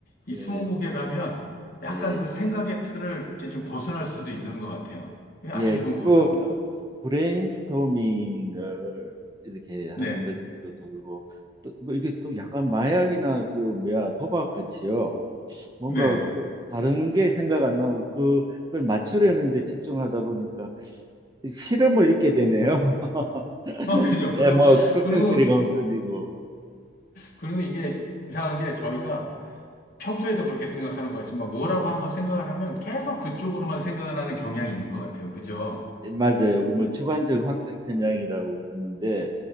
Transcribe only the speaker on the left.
이무고개라면
약간
그 생각의 틀을 이렇게 좀 벗어날 수도 있는 것 같아요. 이게 아주
좋은
것 같습니다.
네.
네.
어, 그죠? 그리고,
그리고,
그리고 이게 이상한 게 저희가 평소에도 그렇게 생각하는 것 같지만 뭐라고 한번 생각을 하면 계속 그쪽으로만 생각을 하는 경향이 있는 것 같아요. 그죠?
네,